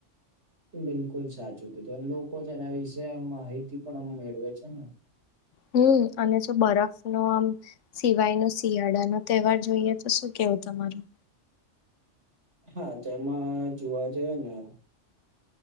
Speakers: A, on the right; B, on the left.
A: બિલકુલ સાચું કીધું અને લોકો તો એના વિશે માહિતી પણ મેળવે છે ને.
B: હમ્મ અને જો બરફ નો આમ સિવાય ન શિયાળા નો તહેવાર જોઈએ તો શું કેવું તમારું?
A: હા તેમાં જોવા જઈએ ને